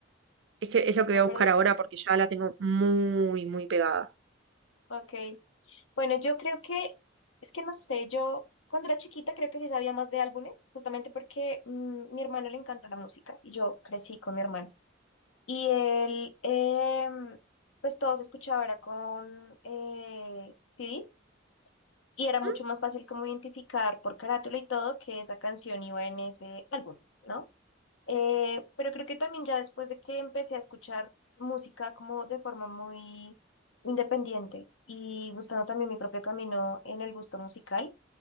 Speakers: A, on the right; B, on the left.
A: Es que es lo que
B: No,
A: voy a buscar
B: pero dime.
A: ahora porque ya la tengo muy, muy pegada.
B: Ok. Bueno, yo creo que, es que no sé, yo cuando era chiquita creo que sí sabía más de álbumes, justamente porque mm, mi hermano le encanta la música y yo crecí con mi hermano. Y él, em, pues todo se escuchaba, era con eh, CDs y era mucho
A: Ujú,
B: más fácil como identificar por carátula y todo que esa canción iba en ese álbum. ¿no? Eh, pero creo que también ya después de que empecé a escuchar música como de forma muy independiente y buscando también mi propio camino en el gusto musical